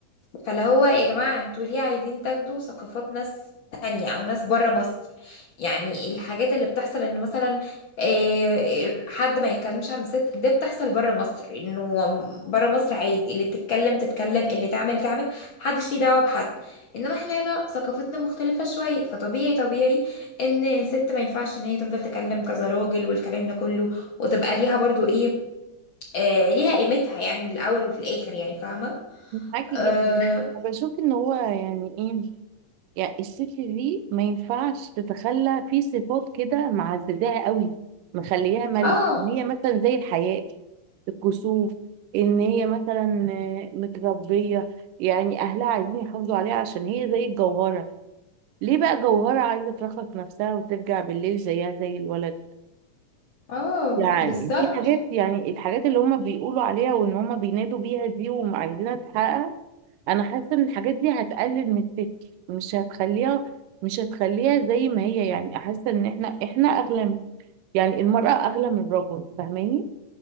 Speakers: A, on the left; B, on the right.
A: فاللي هو يا جماعة انتوا ليه عايزين تاخدوا ثقافات ناس تانية او ناس بره مصر يعني الحاجات اللي بتحصل ان مثلا آه، حد ما يتكلمش عن الست ده بتحصل بره مصر انه بره مصر عايز اللي تتكلم تتكلم اللي تعمل تعمل محدش ليه دعوة بحد انما احنا هنا ثقافتنا مختلفة شوية فطبيعي طبيعي ان الست ما ينفعش ان هي تفضل تتكلم كذا راجل والكلام ده كله وتبقى ليها برضو ايه آه ليها قيمتها يعني من الاول وفي الاخر يعني فاهمة
B: معاكي
A: آه
B: جدا أنا بشوف إن هو يعني إيه يعني الست دي ما ينفعش تتخلى في صفات كده معززاها قوي مخليها ملك
A: اه
B: ان هي مثلا زي الحياء الكسوف ان هي مثلا آه، متربيه يعني اهلها عايزين يحافظوا عليها عشان هي زي الجوهره ليه بقى جوهره عايزه ترخص نفسها وترجع بالليل زيها زي الولد
A: اه
B: يعني
A: بالظبط
B: في حاجات يعني الحاجات اللي هم بيقولوا عليها وان هم بينادوا بيها دي وعايزينها تتحقق انا حاسه ان الحاجات دي هتقلل من الست مش هتخليها مش هتخليها زي ما هي يعني حاسه ان احنا احنا اغلى من- يعني المراه اغلى من الرجل فاهماني